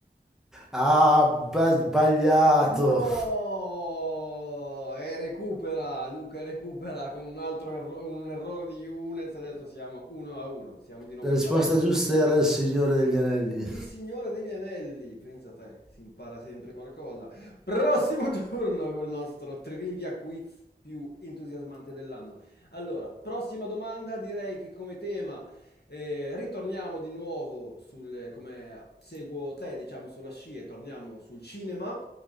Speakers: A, in the centre; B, on the left (about 70°).
A: Ah, ba- sbagliato.
B: No! E recupera, Luca recupera con un altro erro- un errore di Younes, adesso siamo 1 a 1, siamo di nuovo
A: La
B: in
A: risposta
B: pareggio.
A: giusta era il Signore degli Anelli.
B: Il Signore degli Anelli, pensa a te, si impara sempre qualcosa. Prossimo turno col nostro trivia quiz più entusiasmante dell'anno. Allora, prossima domanda, direi che come tema eh, ritorniamo di nuovo sul, come seguo te, diciamo sulla scia e torniamo sul cinema